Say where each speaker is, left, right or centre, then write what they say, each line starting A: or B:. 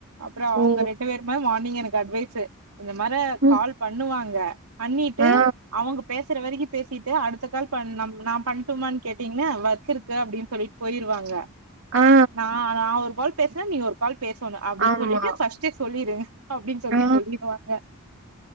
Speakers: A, on the right (about 85°); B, on the right (about 60°).
A: அப்புறோ அவுங்க
B: ஓ!
A: ரெண்டு பேருமே மார்னிங் எனக்கு அட்வைஸு இந்த மார
B: ம்.
A: கால் பண்ணுவாங்க பண்ணிட்டு
B: ஆ,
A: அவுங் பேசுற வரைக்கி பேசிட்டு அடுத்த கால் பண் நம் நா பண்ட்டுமான் கேட்டீங்ன்னா வ வொர்க் இருக்கு அப்டின் சொல்லிட்டு போயிருவாங்க
B: ஆ.
A: நா நா ஒரு கால் பேசுனா நீ ஒரு கால் பேசணு அப்டின்
B: ஆமா.
A: சொல்லிட்டு ஃபர்ஸ்டே சொல்லிருங்க அப்டின் சொல்லி
B: ஆ.
A: சொல்லிருவாங்க